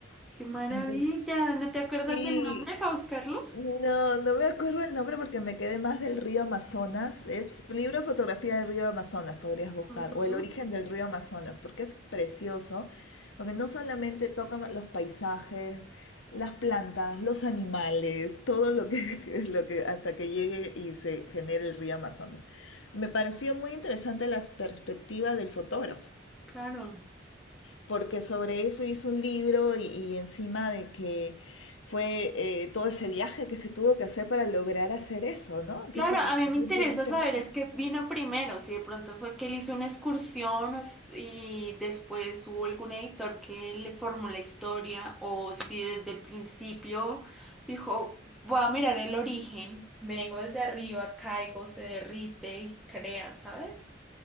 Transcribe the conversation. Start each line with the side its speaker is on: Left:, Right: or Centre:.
Centre: ¡Qué maravilla!
Left: Entonces,
Centre: ¿No te acuerdas
Left: sí,
Centre: el nombre para buscarlo?
Left: No, no me acuerdo el nombre porque me quedé más del río Amazonas. Es libro de fotografía del río Amazonas, podrías buscar,
Centre: Ujú.
Left: o el origen del río Amazonas, porque es precioso, porque no solamente toca los paisajes, las plantas, los animales, todo lo que, <laughs> lo que hasta que llegue y se genere el río Amazonas. Me pareció muy interesante las perspectivas del fotógrafo
Centre: Claro.
Left: porque sobre eso hizo un libro y, y encima de que fue eh, todo ese viaje que se tuvo que hacer para lograr hacer eso, ¿no? Entonces,
Centre: Claro, a mí
Left: bien,
Centre: me interesa
Left: bien interesante.
Centre: saber es qué vino primero, si de pronto fue que él hizo una excursión o si- y después hubo algún editor que le formó la historia o si desde el principio dijo, voy a mirar el origen, vengo desde arriba, caigo, se derrite y crea, ¿sabes?